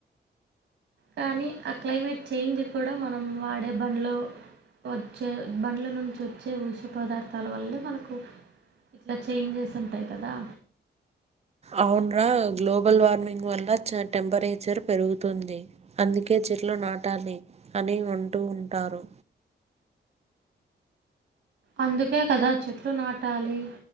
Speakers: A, on the right (about 80°); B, on the right (about 35°).
A: కానీ ఆ క్లైమేట్ చేంజ్ కూడా మనం వాడే బండ్లో వచ్చే బండ్ల నుంచి వచ్చే ఊష పదార్థాల వల్లే మనకు ఇట్లా చేంజెస్ ఉంటాయి కదా
B: అవున్రా గ్లోబల్ వార్మింగ్ వల్ల టెంపరేచర్ పెరుగుతుంది అందుకే చెట్లు నాటాలి అని అంటూ ఉంటారు
A: అందుకే కదా చెట్లు నాటాలి